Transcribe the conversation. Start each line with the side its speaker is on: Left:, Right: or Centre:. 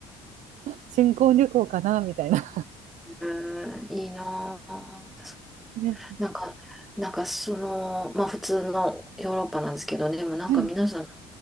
Right: 新婚旅行かなみたいな。
Centre: うん、いいなあ
Right: ね、
Centre: なんか、なんかその、まあ普通のヨーロッパなんですけど、でもなんか皆さん、
Right: はい。
Centre: 北